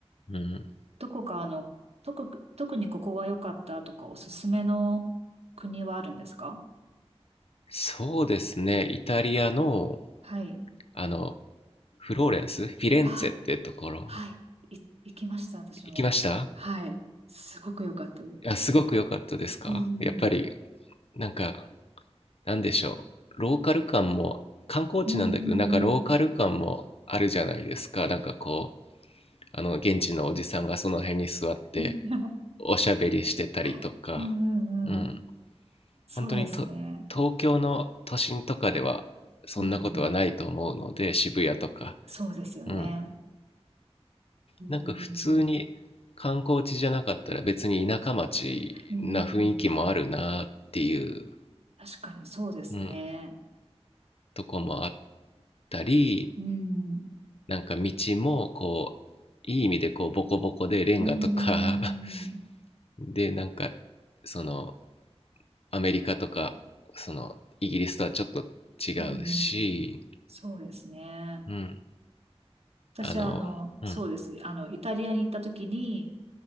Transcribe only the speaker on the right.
どこかあの、特、特にここが良かったとかおすすめの国はあるんですか
はい。
あ、はい。い、行きました、私も。
はい。すごく良かったです。
うん。
うんうん
うん
<laughs> うんうんうん。
そうですね。
うんうんうん
そうですよね。
うん
うんうん、うん確かにそうですね。
うん、
うんうん
うんうん、うんそうですね。
私はあの、
そうです。あの、イタリアに行った時に、